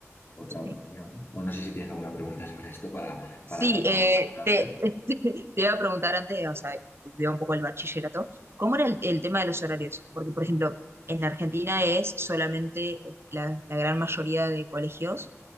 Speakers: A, on the left (about 45°); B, on the right (about 55°).
A: Otra
B: sí.
A: opción. Bueno, no sé si tienes alguna pregunta sobre esto para,
B: Sí,
A: para no
B: eh,
A: saturarte.
B: te, <laughs> te iba a preguntar antes, o sea, volvió un poco el bachillerato, ¿cómo era el, el tema de los horarios? Porque, por ejemplo, en Argentina es solamente la, la gran mayoría de colegios,